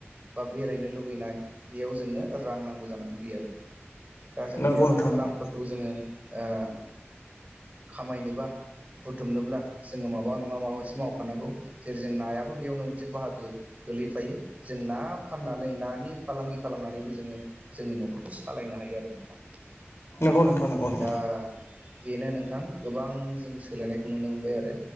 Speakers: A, on the right (about 35°); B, on the left (about 75°).
A: बा बेरायनो लुुबैनाय बेयाव जोंनो रां नांगौ जानानै फैयो आरो दा जोङो
B: नंगौ
A: बेफोर
B: नोंथां नंगौ
A: रांफोरखौ जोङो ओ खामायनोबा। बुथुमनोब्ला जोङो माबा नङा माबा मोनसे मावखानांगौ जेरै जों नायाबो बेयावनो मोनसे बाहागो। गोलैफायो जों ना फाननानै नानि फालांगि खालामनानैबो जोङो जोंनि न'खरखौ सालायनो हायो आरो नोंथां। दा
B: नंगौ नोंथां नंगौ नंगौ
A: बेनो नोंथां गोबां जों सोलायनाय नुनो मोनबाय आरो